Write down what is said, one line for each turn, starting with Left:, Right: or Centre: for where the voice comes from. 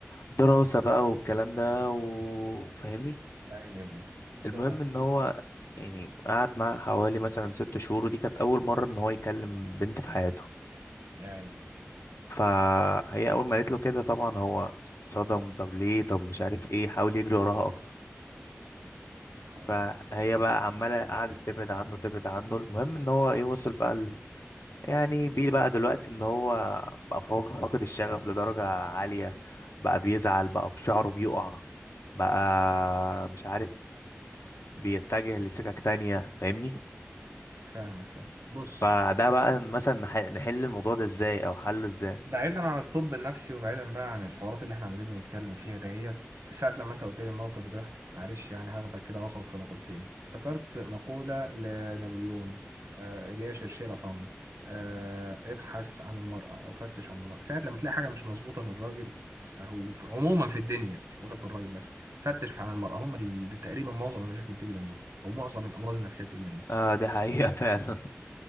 Left: دراسة بقى والكلام ده وفاهمني
Right: يا عيني يا ابني
Left: المهم
Right: تمام
Left: ان هو يعني قعد معاها حوالي مثلا ست شهور ودي كانت اول مرة ان هو يكلم بنت في حياته
Right: يا عيني
Left: فهي اول ما قالت له كده طبعا هو اتصدم طب ليه طب مش عارف ايه حاول يجري وراها اكتر
Right: لا حول
Left: فهي
Right: ولا قوة
Left: بقى عمالة قعدت تبعد عنه تبعد عنه المهم ان هو ايه وصل بقى يعني بيه بقى دلوقتي ان هو بقى فاق- فاقد الشغف لدرجة عالية بقى بيزعل بقى بشعره بيقع بقى مش عارف بيتجه لسكك تانية فاهمني
Right: فاهمك فاهم بص
Left: فده بقى مثلا نح- نحل الموضوع ده ازاي او حله ازاي
Right: بعيدا عن الطب النفسي وبعيدا بقى عن الحوارات اللي احنا عمالين بنتكلم فيها دهيت ساعة لما انت قلت لي الموقف ده معلش يعني هاخدك كده اخرج في مقولتين افتكرت مقولة لنابليون آه، اللي هي شرشيلة فم آه، ابحث عن المرأة او فتش عن المرأة ساعة لما تلاقي حاجة مش مظبوطة في الراجل او في عموما في الدنيا مش بقولك في الراجل بس فتش عن المرأة هم اللي تقريبا معظم المشاكل بتيجي منهم او معظم الامراض النفسية بتيجي منهم
Left: اه دي حقيقة <laughs> فعلا